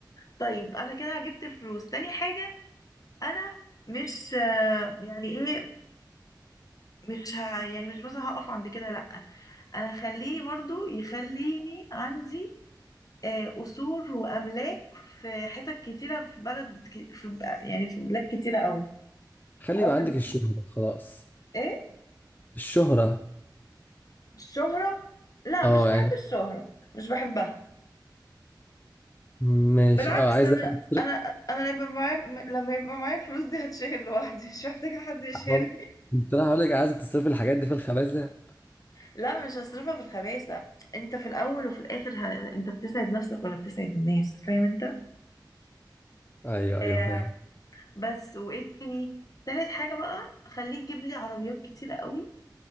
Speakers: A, on the left; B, on the left.
A: طيب انا كده جبت الفلوس تاني حاجة انا مش آه، يعني ايه مش ه... يعني مش مثلا هقف عند كده لا انا هخليه برضو يخليني عندي آه، قصور واملاك في حتت كتيرة في بلد ك- في ب- يعني في بلاد كتيرة قوي
B: خلي يبقى
A: او في
B: عندك الشهرة خلاص
A: ايه
B: الشهرة
A: الشهرة لا
B: اه
A: مش بحب
B: يعني
A: الشهرة مش بحبها
B: ماشي
A: بالعكس
B: اه عايزة
A: انا
B: تصرف
A: انا انا لما يبقى معايا لما يبقى معايا فلوس دي هتشيل لوحدي مش محتاجه حد يشيلني
B: اه، كنت انا هقول لك عايزة تصرف الحاجات دي في الخبازة
A: لا مش هصرفها في الخباثه انت في الاول وفي الاخر ه... انت بتسعد نفسك ولا بتسعد الناس فاهم انت
B: ايوه
A: آه
B: ايوه فاهم
A: بس وايه تاني تالت حاجه بقى خليك تجيب لي عربيات كتيره قوي